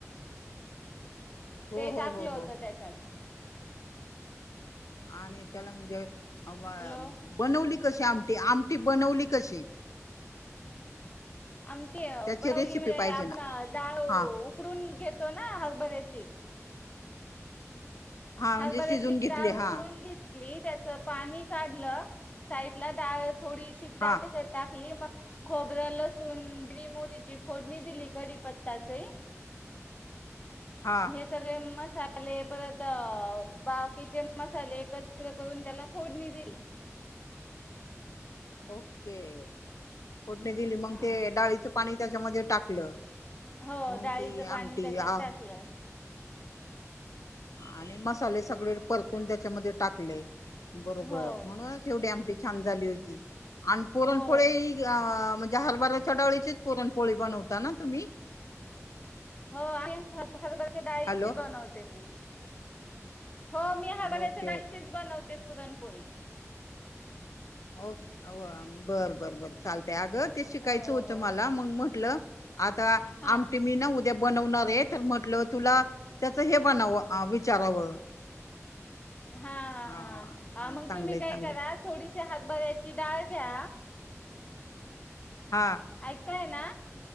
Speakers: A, on the left; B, on the left.
A: <inaudible> हो
B: ते टाकलं
A: हो हो हो
B: होत त्याच्यात.
A: आणि त्याला म्हणजे <unintelligible>
B: हॅलो
A: बनवली कशी आमटी? आमटी बनवली कशी?
B: आमटी अ
A: त्याची
B: बनवली
A: रेसिपी
B: म्हणजे
A: पाहिजे
B: आपणा
A: ना
B: डाळ उकडून
A: हा
B: घेतो ना, हसभऱ्याची.
A: हा म्हणजे
B: हरभऱ्याची
A: शिजून घेतली
B: डाळ
A: हा
B: उकडून घेत- ली त्याच पाणी काढलं, साईडला डाळ थोडीशी
A: हा
B: डा- त्याच्यात- टाकली, मग- खोबरं, लसून, मोहरीची फोडणी दिली कडीपत्ताची.
A: हा.
B: हे सगळे मसाले परत- अ बाकीचे मसाले एकत्र करून त्याला फोडणी दिली.
A: ओके. फोडणी दिली, मग
B: हा
A: ते डाळीचं पाणी त्याच्यामध्ये टाकलं.
B: हो,
A: मग
B: डाळीचं
A: ती
B: पाणी
A: आमटी
B: त्याच्यात
A: आ
B: टाकलं.
A: आणि मसाले सगळे परतून त्याच्यामध्ये टाकले बरोबर,
B: हो
A: म्हणूनच- एवढी आमटी छान झाली होती आणि पुरणपोळी-
B: हो
A: त्या म्हणजे हरभऱच्या डळीचीच पुरणपोळी बनवता ना तुम्ही?
B: हो आणि हाय हे हरभऱ्या डाळीची
A: हॅलो
B: बनवते मी. हो, मी हरभऱ्या
A: ओके
B: डाळीचीच
A: ओके
B: बनवते पुरणपोळी.
A: ओके. बरं, बरं, बरं, चालतय आग ते शिकायचं
B: हो
A: होतं मला, मग म्हटलं- आता
B: हा
A: आमटी मी नव्ह- ते बनवणार आहे तर म्हंटलं तुला त्याच हे बनावं विचारावं
B: हा हा
A: ह
B: हा मग
A: चांगलंय
B: तुम्ही काय
A: चांगलंय
B: करा थोडीशी हारभऱ्याची डाळ घ्या.
A: हा
B: ऐकताय ना?